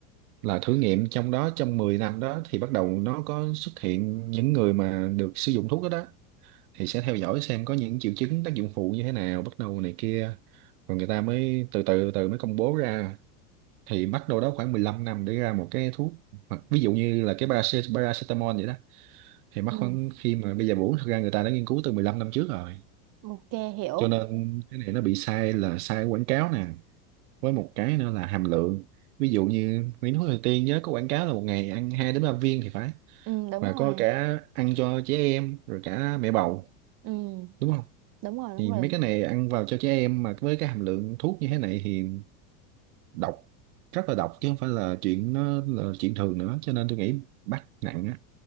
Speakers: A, on the right; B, on the right.
A: là thử nghiệm trong đó trong 10 năm đó thì bắt đầu nó có xuất hiện những người mà được sử dụng thuốc đó đó thì sẽ theo dõi xem có những triệu chứng tác dụng phụ như thế nào bắt đầu này kia rồi người ta mới từ từ từ mới công bố ra thì mất đâu đó khoảng 15 năm để ra một cái thuốc Hoặc ví dụ như là cái paracet- paracetamol vậy đó thì mất
B: ừ
A: khoảng khi mà bây giờ uống thực ra người ta đã nghiên cứu từ 15 năm trước rồi
B: ok hiểu
A: cho nên cái này nó bị sai là sai quảng cáo nè với một cái nữa là hàm lượng ví dụ như Nguyễn Hữu Thời Tiên nhớ có quảng cáo là một ngày ăn 2 đến 3 viên thì phải
B: ừ đúng
A: và
B: rồi
A: có cả ăn cho trẻ em rồi cả mẹ bầu
B: ừ
A: đúng không
B: đúng rồi đúng
A: thì
B: rồi
A: mấy cái này ăn vào cho trẻ em mà với cái hàm lượng thuốc như thế này thì độc rất là độc chứ không phải là chuyện nó là chuyện thường nữa cho nên tôi nghĩ bắt nặng á